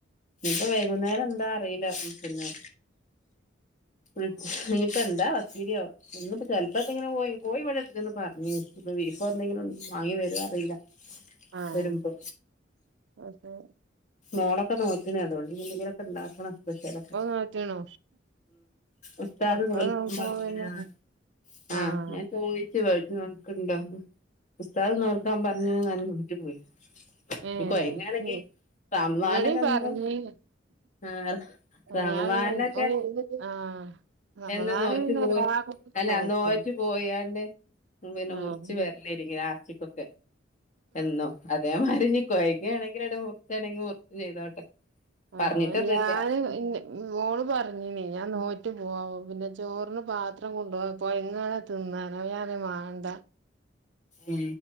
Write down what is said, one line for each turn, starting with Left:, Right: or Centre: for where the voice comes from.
Left: ഇപ്പ വൈകുന്നേര എന്താ അറിയില്ല പിന്നെ ഇനിയിപ്പോ എന്താ പത്തിരിയാ <inaudible> ചെലപ്പപ്പോ ഇങ്ങനെ കോയി കോയി ഇവിടെ ഇണ്ടെന്ന് പറാഞ്ഞിന്ന് അ ബീഫോ എന്തെങ്കിലും വാങ്ങി വരോ അറിയില്ല
Right: ആഹ്
Left: വരുമ്പ്
Right: അതെ
Left: മോളെ ഒക്കെ നോറ്റണ അതോണ്ട് ന്തെങ്കിലൊക്കെ ഉണ്ടാക്കണംസ്പെഷലൊക്കെ
Right: ഓൻ നോറ്റ്ണോ?
Left: ഉസ്താദ്
Right: മക്കള്
Left: നോൽക്കണം
Right: നോക്കുമ്പോ
Left: പറഞന്
Right: പിന്നെ
Left: ആ
Right: ആഹ്
Left: ഞാൻ <unintelligible> ണ്ടോ ഉസ്താദ് നോൽക്കാൻ പറഞ്ഞും നോറ്റി പോയി ഇനി
Right: ഏഹ്
Left: കോയങ്ങാണെങ്കി റമളാൽക്കെ
Right: ഇവിടിം
Left: എന്ത
Right: പറഞ്ഞീന്ന്
Left: ആ റമളാൽക്കെ
Right: ഞാൻ പിന്നെ ഓന് ആഹ് റമളാന്
Left: എന്ന നോറ്റ്
Right: പിന്നെ
Left: പോയി
Right: എല്ലാ കുട്ടികളും
Left: അല്ല
Right: നോൽക്കും
Left: നോറ്റ് പോയണ്ട് പിന്നെ
Right: ആഹ്
Left: മുറിച്ച് വരലനി ലാസ്റ്റ് ക്കൊക്കെ എന്നോ അതേമാരി ഇനി കൊയങ്ങണെങ്കിലട്ട് മുറിച്ചണെങ്കി മുറച്ച് ചെയ്തോട്ടെ
Right: ആഹ
Left: പറഞ്ഞിട്ടൊന്നുല്ല
Right: ഞാന് ഓള് പറഞ്ഞനി ഞാൻ നോറ്റ പോവാ പിന്നെ ചോറിന് പാത്രം കൊണ്ടുപോവാപ്പോ കോയങ്ങാനെ തിന്നാലോ ഞാന വേണ്ട
Left: ഉ